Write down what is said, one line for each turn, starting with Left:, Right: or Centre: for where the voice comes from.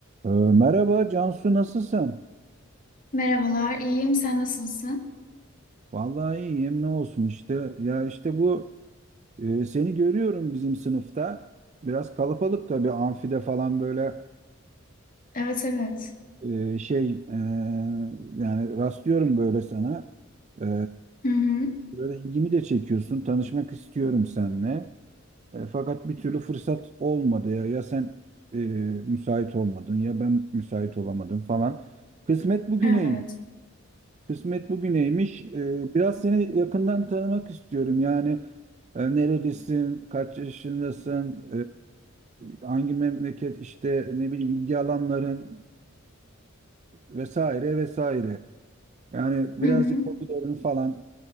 Right: Ee, Merhaba Cansu nasılsın?
Left: Merhabalar, iyiyim. Sen nasılsın?
Right: Vallahi iyiyim ne olsun işte. Ya işte bu e, seni görüyorum bizim sınıfta. Biraz kalabalık tabii amfide falan böyle
Left: Evet, evet.
Right: e, şey e, yani rastlıyorum böyle sana. E,
Left: Hı hı.
Right: böyle ilgimi de çekiyorsun. Tanışmak istiyorum seninle. E, fakat bir türlü fırsat olmadı ya. Ya sen e, müsait olmadın ya ben müsait olamadım falan. Kısmet bugüneymiş.
Left: Evet.
Right: Kısmet bugüneymiş. Ee, biraz seni yakından tanımak istiyorum. Yani e, nerelisin, kaç yaşındasın, e, hangi memleket, işte ne bileyim ilgi alanların e, vesaire vesaire. Yani
Left: Hı
Right: birazcık
Left: hı.
Right: hobilerin falan.